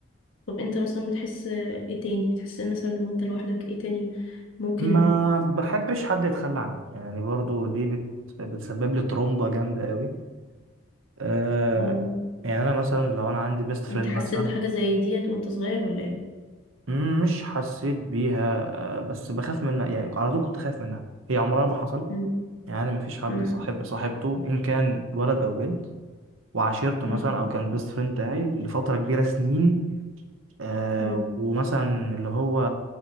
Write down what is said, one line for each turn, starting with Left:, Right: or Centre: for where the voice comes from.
Left: طب أنت مثلا بتحس إيه تاني بتحس مثلا وأنت لوحدك إيه تاني ممكن
Right: ما بحبش حد يتخلى عني يعني برضو دي بت... بتسبب لي ترومبه جامده قوي آه
Left: آه
Right: يعني انا مثلا لو انا عندي بيست فريند
Left: انت حسيت
Right: مثلا
Left: بحاجة زي ديت وانت صغير ولا ايه
Right: م- مش حسيت بيها آه بس بخاف منها يعني على طول كنت خايف منها هي عمرها ما حصل
Left: مم.
Right: يعني مفيش حد
Left: مم.
Right: صاحب صاحبته ان كان ولد او بنت وعشيرته
Left: مم.
Right: مثلا او كان البيست فريند بتاعي لفتره كبيره سنين آه،
Left: مم.
Right: ومثلا اللي هو